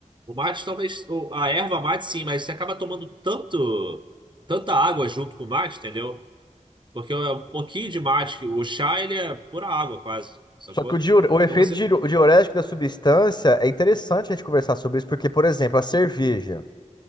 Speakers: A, on the right; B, on the left.
A: O mate, talvez. o- A erva mate, sim, mas você acaba tomando tanto, tanta água junto com o mate, entendeu? Porque é um pouquinho de mate. que O chá, ele é pura água, quase, sacou?
B: Só que o, diure- o efeito
A: Então você.
B: diure- diurético da substância é interessante a gente conversar sobre isso, porque, por exemplo, a cerveja